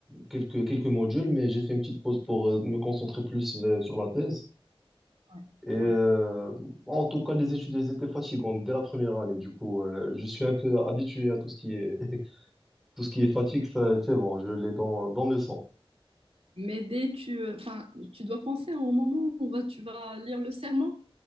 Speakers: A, in the centre; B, on the right.
A: quelques, quelques modules, mais j'ai fait une petite pause pour euh, me concentrer plus euh, sur la thèse.
B: Ouais.
A: Et euh,
B: Ouais.
A: en tout cas, les études elles étaient fatigantes dès la première année. Du coup, euh, je suis un peu habitué à tout ce qui est <laughs> tout ce qui est fatigue, ça, c'est bon, je l'ai dans, dans le sang.
B: Mais dès tu, euh, enfin, tu dois penser au moment où va- tu vas lire le serment,